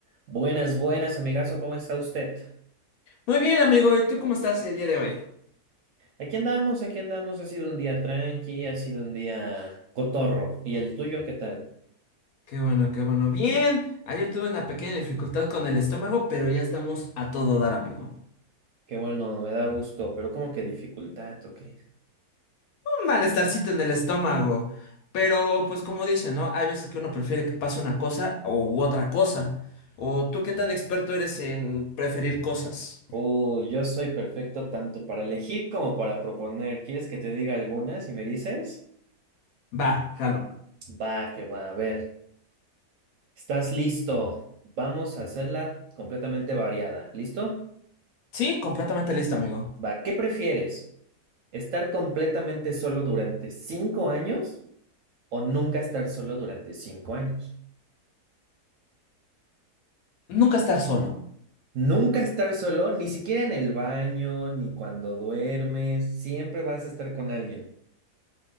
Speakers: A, on the right; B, on the left.
A: Buenas, buenas, amigazo, ¿cómo está usted?
B: Muy bien, amigo, ¿y tú cómo estás el día de hoy?
A: Aquí andamos, aquí andamos, ha sido un día tranqui, ha sido un día cotorro. ¿Y el tuyo qué tal?
B: Qué bueno, qué bueno. Bien, ayer tuve una pequeña dificultad con el estómago, pero ya estamos a todo dar, amigo.
A: Qué bueno, me da gusto, pero como que dificultad, ¿ok?
B: Un malestarcito en el estómago. Pero, pues como dicen, ¿no? Hay veces que uno prefiere que pase una cosa u otra cosa. ¿O tú qué tan experto eres en preferir cosas?
A: Oh, yo soy perfecto tanto para elegir como para proponer. ¿Quieres que te diga algunas y me dices?
B: Va, jalo.
A: Va, que va, a ver. ¿Estás listo? Vamos a hacerla completamente variada. ¿Listo?
B: Sí, completamente listo, amigo.
A: Va, ¿qué prefieres? ¿Estar completamente solo durante cinco años? o nunca estar solo durante cinco años.
B: Nunca estar solo.
A: Nunca estar solo, ni siquiera en el baño, ni cuando duermes, siempre vas a estar con alguien.